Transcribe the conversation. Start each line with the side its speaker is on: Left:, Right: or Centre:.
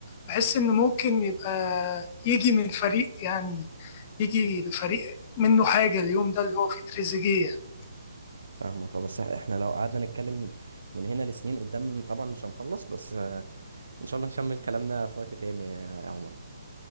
Left: بحس إن ممكن يبقى يجي من فريق يعني يجي الفريق منه حاجة اليوم ده اللي هو فيه تريزيجيه يعني.
Right: فاهمك اه بس احنا لو قعدنا نتكلم من هنا لسنين قدام طبعا مش هنخلص بس آه، ان شاء الله نكمل كلامنا في وقت تاني يا يا عمر